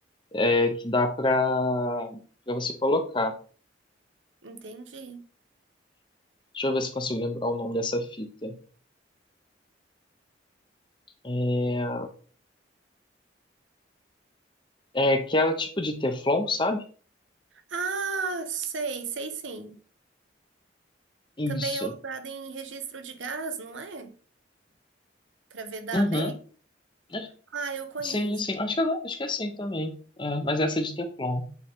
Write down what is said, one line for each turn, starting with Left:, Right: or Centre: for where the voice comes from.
Left: é, que dá para para você colocar.
Right: Entendi.
Left: Deixa eu ver se consigo lembrar o nome dessa fita. É, é aquela tipo de Teflon, sabe?
Right: Ah, sei, sei sim.
Left: Isso.
Right: Também é usado em registro de gás, não é? Para vedar
Left: Uhum.
Right: bem?
Left: Acho-
Right: Ah, eu conheço.
Left: Sim, sim. Acho que, ela- acho que é assim também. É, mas essa é de Teflon.